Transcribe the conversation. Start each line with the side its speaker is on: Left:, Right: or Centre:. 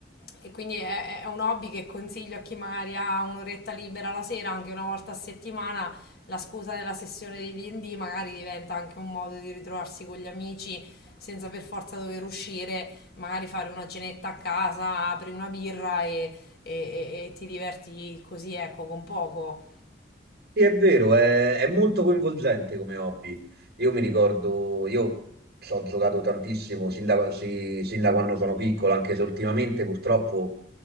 Left: e quindi è, è un hobby che consiglio a chi magari ha un'oretta libera la sera, anche una volta a settimana. La scusa della sessione di D&D magari diventa anche un modo di ritrovarsi con gli amici senza per forza dover uscire magari fare una cenetta a casa, apri una birra e, e- e- e ti diverti così, ecco, con poco.
Right: Sì, è vero, è, è molto coinvolgente come hobby. Io mi ricordo, io ci ho giocato tantissimo sin da, sì, sin da quando sono piccolo, anche se ultimamente purtroppo